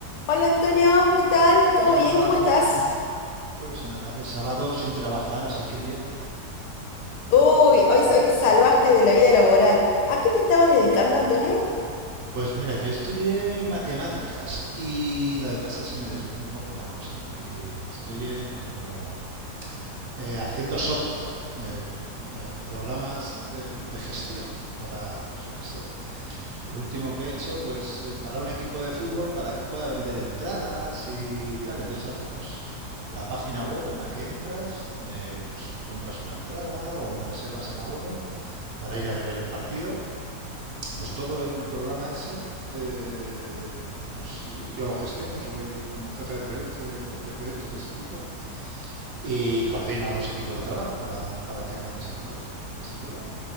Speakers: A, on the left (about 85°); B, on the right (about 65°).
A: Hola Antonio, ¿qué tal? ¿Todo
B: Hola,
A: bien? ¿Cómo
B: Corina.
A: estás?
B: Pues nada, de sábado sin trabajar, así que bien.
A: Uy, hoy, hoy te salvaste de la vida laboral. ¿A qué te estabas dedicando, Antonio?
B: Pues mira, yo estudié matemáticas y lo que pasa es que se me desvió un poco la cosa y estoy eh, como eh, haciendo software, eh, eh, programas de, de gestión para, pues yo qué sé, el último que he hecho, pues eh, para un equipo de fútbol para que pueda vender entradas y tal. Entonces hacemos la página web en la que entras, eh, pues compras una entrada o reservas el abono para ir a ver el partido. Pues todo el programa ese, eh, pues sí, yo lo gestiono, soy como jefe de proyecto de, de proyectos de ese tipo y coordino a los equipos de trabajo para, para que hagan ese trabajo. Así que bueno,